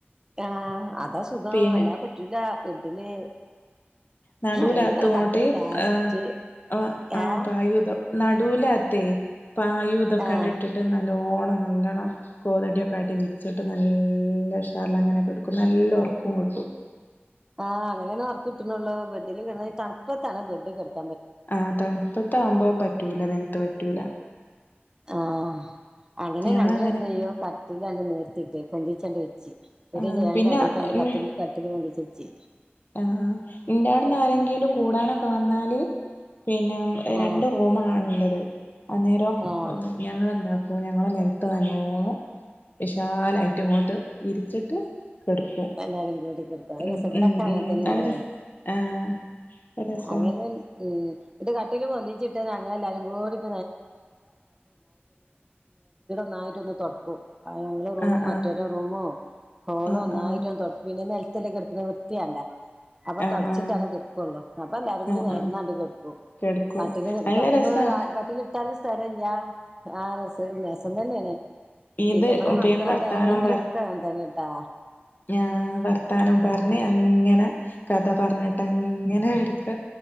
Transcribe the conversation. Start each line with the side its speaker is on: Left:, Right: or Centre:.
Right: ആ അതാ സുഖം
Left: പിന്നെ
Right: അല്ലാതെ പറ്റൂല ബെഡില്
Left: നടൂല്ലാത്തോണ്ടി
Right: അങ്ങനെ കട്ടില്
Left: <unintelligible>
Right: ലാസ്റ്റ്
Left: ആ ആ
Right: ഏഹ്
Left: പായില് നടൂല്ലാത്തെ പായും ഇതൊക്കെ
Right: ആഹ്
Left: ണ്ടിട്ടിട്ട് <unintelligible> <unintelligible> നല്ലണം കോതടിയൊക്കെയായിട്ട് വിരിച്ചിട്ട് നല്ല ഉഷാറിലങ്ങോ
Right: ആഹ് അങ്ങനെണ് ഒർക്ക് കിട്ട്ണൊള്ളു ബെഡില് കിടന്ന് തണുപ്പ് തണുപ്പ് <unintelligible>
Left: ആ തണുപ്പത്ത ആകുമ്പോ പറ്റൂല നിലത്ത് പറ്റൂല.
Right: ആഹ് അങ്ങനെ
Left: ഞങ്ങളങ്ങനെ
Right: ഞങ്ങൾ എന്ത് ചെയ്യും കട്ടിലാണ്ട് നീർത്തിട്ട് പൊന്തിച്ചണ്ട് വെക്കും ഇവിടെ
Left: ആ
Right: ഒരു ജനലിന്റെ
Left: പിന്നെ
Right: അരൂക്കണ്ട്
Left: ഉം
Right: കത്തില് കത്തി പൊന്തിച്ച് വെച്ചി
Left: ആ എന്റെ അടുന്ന് ആരെങ്കിലും കൂടാനൊക്കെ വന്നാല് പിന്നെ രണ്ട്
Right: ആഹ്
Left: റൂമാണ് ള്ളത് അന്നേരം
Right: ആഹ്
Left: ഞങ്ങെളെന്താക്കും ഞങ്ങൾ നിലത്ത് നല്ലോം വിശാലായിട്ട് ഇങ്ങോട്ട് വിരിച്ചിട്ട് കെടക്കും
Right: പ്പ എല്ലാരും കൂടി കെടുക്കും അത്
Left: ഉം
Right: രസ <unintelligible>
Left: ഉം
Right: അങ്ങനത്തന്നെണ്
Left: ഉം അത് ര ആ രസാ
Right: അങ്ങന ഉ <unintelligible> ദ് കട്ടില് പൊന്തിച്ചിട്ട് ഞങ്ങ എല്ലാരും കൂടി <unintelligible> ന്നായിട്ട് ഒന്ന് തുടക്കും ഞങ്ങളെ റൂമും
Left: ആ
Right: മറ്റോരെ
Left: ആ
Right: റൂമും ഹോളും
Left: ആ
Right: ഒന്നായി
Left: ആ
Right: പിന്നെ നെലത്തല്ല കെടുക്കുണു വൃത്തിയാണ്ടെ? അപ്പൊ
Left: ആ
Right: തൊടച്ചിട്ടാണ്
Left: ആ
Right: കിടക്കോള്ളു അപ്പൊ എല്ലാരും കൂടി
Left: ആ
Right: നെരന്നണ്ട്
Left: ആ
Right: കെടുക്കും.
Left: കെടക്കും
Right: കട്ടില് <unintelligible>
Left: നല്ല രസാ
Right: കട്ടില് ഇട്ടാലും സ്ഥല യ്യാ ആ രസം രസം തന്നേണ്
Left: ഇത്
Right: പിന്നെ ഇവിടെ മക്കളെല്ലാരും
Left: പി വർത്താനം
Right: കൂടി ഇവരൊക്കെ ങ്ങനെതന്നെട്ടാ
Left: ആ വർത്താനം പറഞ്ഞ് അങ്ങനെ കഥ പറഞ്ഞ പറഞ്ഞിട്ട് അങ്ങനെ കെടുക്ക